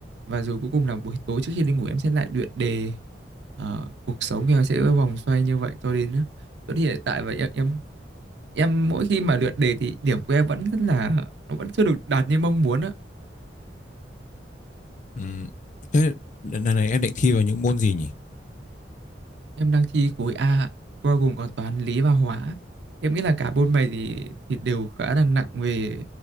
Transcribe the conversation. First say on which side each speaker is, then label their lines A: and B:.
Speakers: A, on the right; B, on the left.
A: Và rồi cuối cùng là buổi tối trước khi đi ngủ em sẽ lại luyện đề. Ờ, cuộc sống của em sẽ vòng xoay như vậy cho đến cho đến hiện tại và em em em mỗi khi mà luyện đề thì điểm của em vẫn rất là nó vẫn chưa được đạt như mong muốn á
B: ừ. thế lần này em định thi vào những môn gì nhỉ
A: Em đang thi khối A ạ, bao gồm có toán, lý và hóa. Em nghĩ là cả bốn bài thì thì đều khá là nặng về